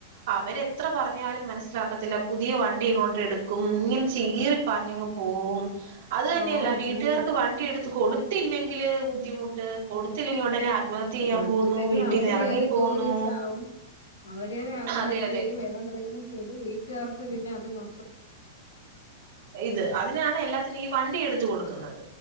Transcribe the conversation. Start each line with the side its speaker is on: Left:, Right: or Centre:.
Right: അവരെത്ര പറഞ്ഞാലും മനസ്സിലാക്കത്തില്ല പുതിയ വണ്ടി ഇങ്ങോട്ട് എടുക്കും ഇങ്ങനെ ചീറിപ്പാഞ്ഞങ്ങ് പോകവും അത് തന്നെയല്ല
Left: ഓ അത്
Right: വീട്ടുകാർക്ക്
Left: തന്നെ
Right: വണ്ടി എടുത്ത് കൊടു ത്തില്ലെങ്കില് ബുദ്ധിമുട്ട് കൊടുത്തില്ലെങ്കിൽ ഉടനെ ആത്മഹത്യ ചെയ്യാൻ
Left: കൊടുത്തില്ലെങ്കിൽ
Right: പോകുന്നു വീട്ടിന്ന്
Left: അവര്
Right: ഇറങ്ങി
Left: കേറി
Right: പോകുന്നു
Left: തൂങ്ങിച്ചാവും അവരേറെ ആത്മഹത്യ
Right: അതെ അതെ
Left: ചെയ്യും വേറെന്ത ന്തേലും ചെയ്ത് വീട്ടുകാർക്ക് പിന്നെ അത് മൊ
Right: ഇത് അതിനാണ് എല്ലാ ന് ഈ വണ്ടി എടുത്ത് കൊടുക്കുന്നത്